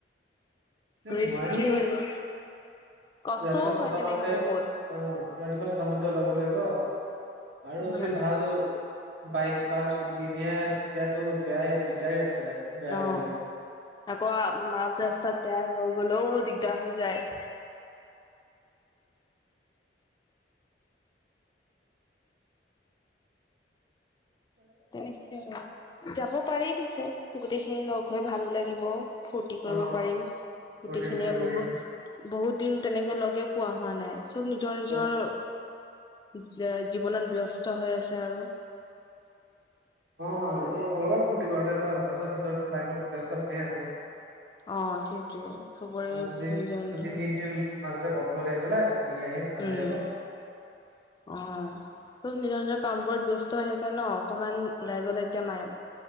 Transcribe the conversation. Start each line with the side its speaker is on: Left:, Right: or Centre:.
Right: এ
Left: ৰিস্কি
Right: নোৱাৰি,
Left: হৈ যায় কষ্টও
Right: ৰাতিপুৱা
Left: হয়
Right: ছটা
Left: তেনেকে
Right: মানতে
Left: বহুত
Right: অ, ৰাতিপুৱা ছটা মানতে ওলাব লাগিব আৰু
Left: উম
Right: যদি ভাল বাইক বা স্কুটি এনে তেতিয়াতো বেয়াই দিগদাৰ আছে, বেয়া
Left: অ
Right: হৈ গলে।
Left: আকৌ আপ মাজ ৰাস্তাত বেয়া হৈ গলেও দিগদাৰ হৈ যায়। তেনেকে, যাব পাৰি পিছে গোটেইখিনি লগ হৈ ভালো লাগি ব ফূৰ্তি কৰিব
Right: অ
Left: পাৰিম, গোটেইখিনিয়ে
Right: ফূৰ্তি চুৰ্তি কৰি
Left: বহুত
Right: আকৌ
Left: বহুত দিন তেনেকে লগে পোৱা হোৱা নাই চব নিজৰ নিজৰ
Right: অ
Left: যে জীৱনত ব্যস্ত হৈ আছে আৰু।
Right: অ এই অলপ ফূতি কৰাতে ভাল তাৰপিছ পিছত যে লাইফতো ব্যস্ত সমেই আৰু।
Left: অ সেইটোৱে চবৰে
Right: অ দুদিন
Left: নিজৰ
Right: দুদিন
Left: নিজৰ
Right: তিনদিন মাজতে বন্ধ উঠিয়াই পেলাই ফুৰি আহিম। ভাল
Left: উম
Right: লাগিব
Left: অ চব নিজৰ নিজৰ কামবোৰত ব্যস্ত হৈ থাকে ন। অকণমান ওলাই গ'লে এতিয়া মায়